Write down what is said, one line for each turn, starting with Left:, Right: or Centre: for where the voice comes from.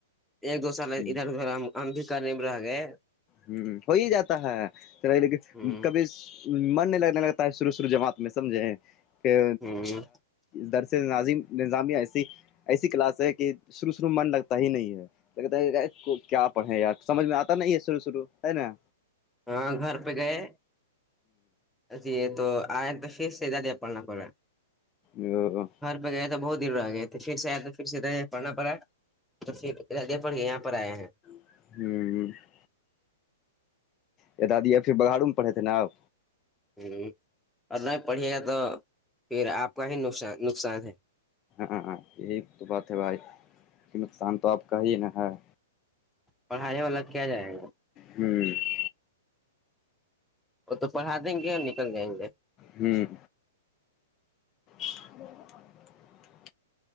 Centre: ایک دوسر ل
Left: ہ
Centre: ادھر ادھر ہم ہم بھی کرنے میں رہ گئے
Left: ہ ہو ہی جاتا ہے چ لیکن
Centre: ہ
Left: کبھی مرنے لگنے لگتا ہے شروع شرع جماعت میں سمجھے کہ
Centre: ہ
Left: در سے ناظم نظامیہ ایسی ایسی کلاس ہے کہ شروع شروع میں من لگتا ہی نہیں ہے تو کہ کیا پڑھیں یار سمجھ میں آتا نہیں ہے شرو شرو ہے نا
Centre: ہاں گھر پہ گئے جی تو آ تو شیر سے جادیا پالنا پا
Left: ہاں
Centre: بغیریا تو بہت دیرر آ گئے تھے پھر سے آیا تو پھر سے پڑھنا پڑا ہے تو پھر ادے پڑھ گ یہاں پر آیا ہیں
Left: ہوں یہ دادیب پھر باروں میں پڑے تھے ناپ
Centre: ہاں اور نہیں پڑھیے گا تو پھر آپ کا ہی نقصان نقصان ہے
Left: ہاں ہاں یہی تو بات ہے بھائی کہ نقصان تو آپ کا ہی نہا ہے
Centre: پڑھائی والا کیا جائے گا
Left: ہوں
Centre: وہ تو پڑھا دیں گے اور نکل دائیں گے
Left: ہوں ب